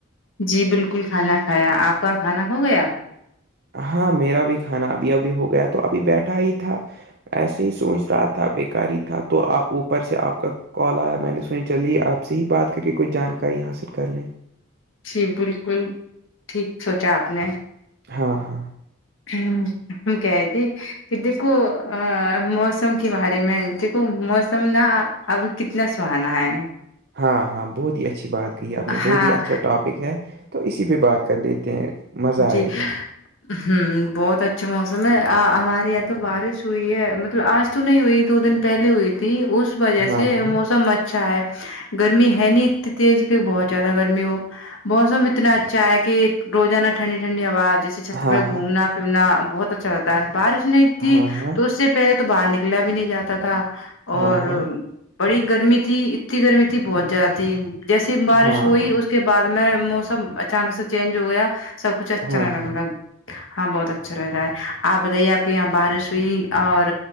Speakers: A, on the left; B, on the right.
A: جی بالکل کھانا کھایا آپ کا کھانا کھو گیا
B: ہاں میرا بھی کھانا ابھی ابھی ہو گیا تو ابھی بیٹھا ہی تھا ایسے ہی سوچ رہا تھا بےیکاری تھا تو آپ اوپر سے آپ کا کال آیا میں نے سنی چلیے آپ سے ہی بات کر کے کوچھ جانکاری حاصل کر لیں
A: جی بالکل ٹھیک سوچا آپ نے
B: ہاں ہاں
A: ہ ہمک آتی کہ دیکھو ا موسم کے بارے میں دیکھو موسم نہ اب کتنا سہانا ہے
B: ہاں ہاں بہت ہی اچھی بات کہ ہے آپ نے
A: ہاں
B: بہت ہی اچھا ٹاپک ہے تو اسی پہ بات کر لیتے ہیں مزہ آئے
A: جی
B: گا
A: ہوں بہت اچھا موسم ہے ہمارے یہاں تو بارش ہوئی ہے مطلب آج تو نہیں ہوئی دو دن پہلے ہوئی تھی اس وجہ
B: ہاں
A: سے
B: ہاں
A: موسم اچھا ہے گرمی ہے نہیں اتنی تز کہ بہت زیادہ گرمی وہ موسم اتنا اچھا ہے کہ روزانہ ٹھنڈی ٹھنڈی ہوا جیسے چھت
B: ہاں
A: پہ گھومنا پھرنا بہت اچھا لگتا ہے بارش نہیں تھی
B: ہاں ہاں
A: تو اس سے پہلے تو باہر نکلا بھی نہیں جاتا تھا
B: ہاں
A: اور
B: ہاں
A: بڑی گرمی تھی اتنی گرمی تھی بہت زیادہ تھی جیسے بارش
B: ہاں
A: ہوئی
B: ہاں ہاں
A: اس اس کے بعد میں موسم اچانک سے چینج ہو گیا سب کچھ اچھا
B: ہاں
A: نہیں
B: ہاں
A: لگ ل ہاں بہت اچھا لگ رہا ہے آپ بتائیے آپ کے یہاں بارش ہوئی اور